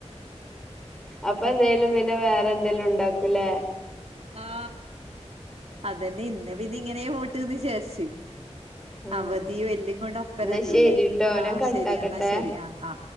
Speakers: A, in the centre; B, on the right.
A: അപ്പൊ എന്തായാലും പിന്നെ വേറെ എന്തേലും ഉണ്ടാക്കൂലേ
B: ആ അതെന്നെ ഇന്ന് പിന്നെ ഇങ്ങനെ പോട്ട്ന്ന് വിചാരിച്
A: ഉം
B: അവധിയ വല്ലും കൊണ്ട് അപ്പരല്ലള്ളേ
A: എന്നാ ശരിട്ടോ
B: ആഹ്
A: ഞാൻ കട്ടാക്കട്ടെ
B: ശരി എന്നാ ശരി ആ ആ